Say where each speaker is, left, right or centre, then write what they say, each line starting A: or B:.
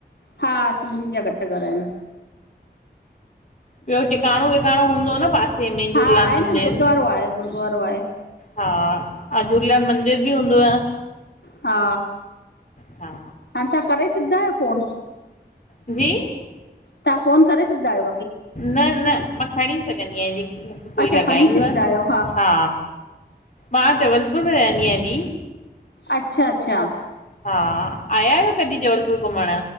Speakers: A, on the left; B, on the left.
A: हाँ, सिंधीन जा घट घर आहिन।
B: ॿियो टिकाणो विकाणो हूंदो न, पासे में झूलेलाल
A: हा आहे
B: मंदिर।
A: न गुरुद्वारो आहे गुरुद्वारो आहे।
B: हा, ऐं झूलेलाल मंदिर बि हूंदुव।
A: हा
B: हा
A: हाणे तां करे सघदा आहियो फोन
B: जी
A: तां फ़ोन करे सघंदायो
B: न न मां खणी सघंदी आहियां जेकी मूंखे कोई
A: अच्छा
B: लॻाईंदो
A: खणी सघंदा आहियो
B: हा मां जबलपुर में रहंदी आहियां दी
A: अच्छा अच्छा
B: हा आया आहियो कॾहिं जबलपुर घुमण